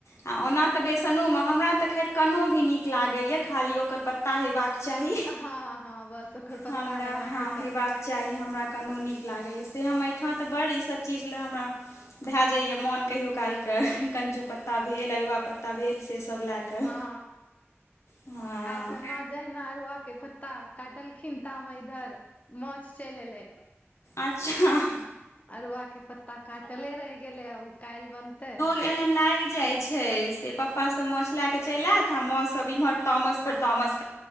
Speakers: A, on the left; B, on the left.
A: आ ओना तऽ बेसनो मे, हमरा तऽ खैर कनो भी नीक लागैए। खाली ओकर पत्ता हेबाक चाही।
B: हँ -हँ, बस ओकर पत्ता
A: हमरा
B: हेबाके
A: हां, हेबाक चाही हमरा कनो नीक लागैए। से हम एहिठाम तऽ बड़ ईसभ चीज ले हमरा भए जाइए मोन कहियो कालके। कंजू पत्ता भेल, अरुआ पत्ता भेल से सब लए कऽ।
B: हँ
A: हँ
B: आइ तऽ माँ जहिना अरुआ के पत्ता काटलखिन ता मे इधर माछ चलि एलै।
A: अच्छा ह-ह
B: अरुआ के पत्ता काटले रहि गेलै। आब ओ काल्हि बनतै।
A: ऐहन लाइग जाइ छैय से पप्पा सब माछ लए के चैल आएत आ मोस अभी <unintelligible> तमस पर तमस।